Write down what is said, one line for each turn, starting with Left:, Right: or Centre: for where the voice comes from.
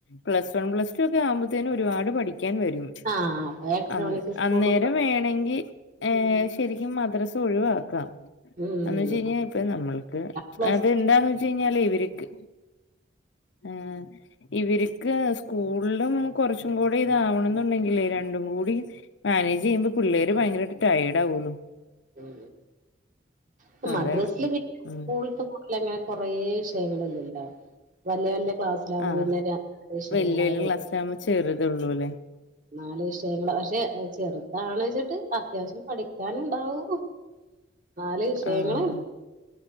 Left: പ്ലസ് വൺ പ്ലസ് ടു ഒക്ക ആകുമ്പത്തിനെന്നെ ഒരുപാട് പഠി ക്കാൻ വരും
Right: ആ അപ്പൊ എട്ടര
Left: അന്നേരം
Right: മണിക്ക് സ്കൂളും
Left: അന്നേരം
Right: തൊ
Left: വേണെങ്കി ഏ
Right: ഉം
Left: ശരിക്കും മദ്രസ തൊഴിവാക്കാം
Right: ഉം
Left: എന്ന് വെച്ച് കഴിഞ്ഞാ ഇപ്പ നമ്മൾക്ക്
Right: പ്ലസ്
Left: അത്ണ്ടാന്ന് വെ ഇവര്ക്ക് ആഹ് ഇവര്ക്ക സ്കൂളിലും കുറച്ചും കൂടി ഇതാവണംന്നുണ്ടെങ്കിലേ രണ്ടും കൂടി മാനേജ് ചെയ്യുമ്പോ പിള്ളേര് ഭയങ്കരട്ട് ടയേഡ് ആകുള്ളു
Right: മു മു
Left: അതാണ്
Right: മദ്രാസല് പിന്നെ
Left: ഉം
Right: സ്കൂൾ റ്റൂർ ലെഅങ്ങനെ കൊറേ വിഷയങ്ങളില്ലല്ലോ വല്യ വല്യ ക്ലാസ്സിലാകുമ്പോന്ന
Left: ആഹ്
Right: ന്ന വിഷയങ്ങളാ
Left: വല്യ വല്യ
Right: വെ
Left: ക്ലാസ്സിലാവുമ്പോ ചെറുതൊള്ളൂല്ലേ
Right: നാല് വിഷയങ്ങളാ പക്ഷെ ചേറ് താണ് വെച്ചിട്ട് അത്യാവശ്യം പഠിക്കാനുണ്ടാവു നാല് വിഷയങ്ങളണ്
Left: ആഹ്